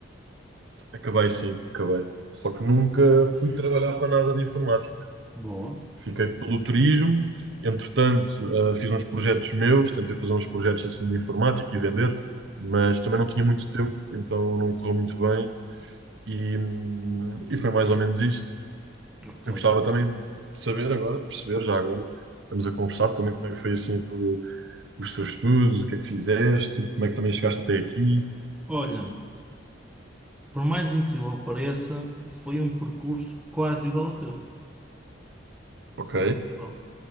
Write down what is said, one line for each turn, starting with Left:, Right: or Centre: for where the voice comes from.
Right: Acabei sim, acabei. Só que nunca fui trabalhar para nada de informática.
Centre: Boa.
Right: Fiquei pelo turismo, entretanto, ah, fiz uns projetos meus, tentei fazer uns projetos assim de informática e vender, mas também não tinha muito tempo, então não correu muito bem. E, hum, e foi mais ou menos isto.
Centre: Ok.
Right: Eu gostava também de saber agora, de perceber já agora, estamos a conversar também como é que foi assim a tua- os teus estudos, o que é que fizeste, como é que também chegaste até aqui.
Centre: Olha, por mais incrível que pareça, foi um percurso quase igual ao teu.
Right: Ok,
Centre: Quase igual.